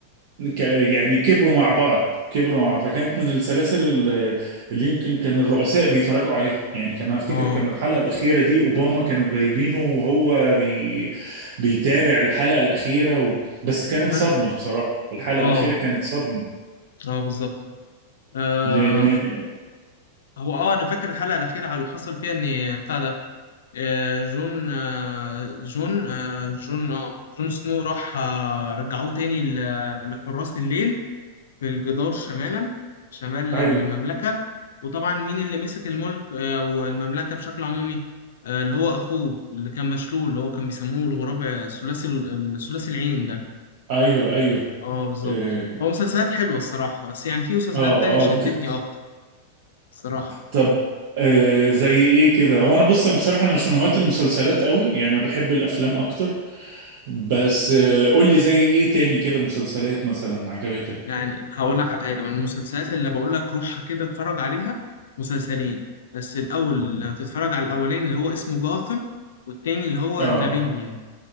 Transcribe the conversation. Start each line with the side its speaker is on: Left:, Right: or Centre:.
Right: ك- يعني كبروا مع بعض كبروا مع فكانت من السلاسل ال- اللي يمكن كان الرؤساء بيتفرجوا عليه يعني كان افتكر
Left: اه
Right: كان الحلقة الأخيرة دي أوباما كانوا جايبينه وهو بي بيتابع الحلقة الأخيرة و... بس كانت
Left: انا
Right: صدمة بصراحة الحلقة
Left: اه
Right: الأخيرة كانت صدمة
Left: اه بالظبط آم،
Right: لأن
Left: هو اه انا فاكر الحلقه الاخيره على اللي حصل فيها ان بتاع ده آه، جون آه، جون آه، جون آه، جون سنو راح آه، رجعوه تاني ل- لحراس الليل في الجدار شمالا شمال
Right: أيوه
Left: المملكة وطبعا مين اللي مسك الملك آه، والمملكة بشكل عمومي آه، اللي هو أخوه اللي كان مشلول اللي هو كان بيسموه الغراب آه، ثلاثي ال- ثلاثي العين ده
Right: أيوه أيوه
Left: اه بالظبط
Right: آه
Left: هو مسلسلات حلوة الصراحة بس يعني في مسلسلات
Right: آه
Left: تانية شدتني
Right: آه، كنت
Left: أكتر الصراحة
Right: طب آه زي إيه كده هو أنا بص أنا بصراحة أنا مش من هواة المسلسلات قوي يعني أنا بحب الأفلام أكتر بس آه، قول لي زي ايه تاني كده مسلسلات مثلا عجبتك
Left: يعني هقول لك على حاجه من المسلسلات اللي بقول لك روحها كده اتفرج عليها مسلسلين بس الاول لو تتفرج على الاولاني اللي هو اسمه جاثم والتاني اللي هو
Right: اه
Left: ذا بينجوين